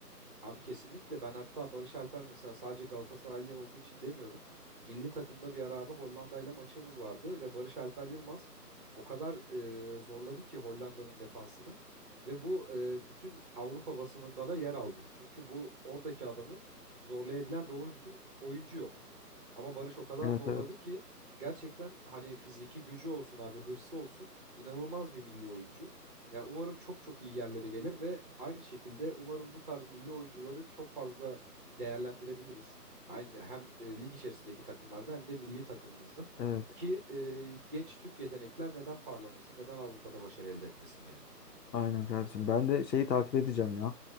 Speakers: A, on the right; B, on the left.
A: Abi kesinlikle ben hatta Barış Alper mesela sadece Galatasaraylı olduğu için demiyorum. Milli takımda bir ara abi Hollanda ile maçımız vardı ve Barış Alper Yılmaz o kadar e, zorladı ki Hollanda'nın defansını ve bu e, bütün Avrupa basınında da yer aldı. Çünkü bu oradaki adamın zorlayabilen doğru düzgün oyuncu yok. Ama Barış o kadar
B: Evet
A: zorladı
B: evet.
A: ki gerçekten hani fiziki gücü olsun abi hırsı olsun inanılmaz bir milli oyuncu. Yani umarım çok çok iyi yerlere gelir ve aynı şekilde umarım bu tarz milli oyuncuları çok fazla değerlendirebiliriz. Aynı hem e, lig içerisindeki takımlarda hem de milli takımımızda
B: Evet.
A: ki e, genç Türk yetenekler neden parlamasın, neden Avrupa'da başarı elde etmesin yani.
B: Aynen kardeşim. Ben de şeyi takip edeceğim ya.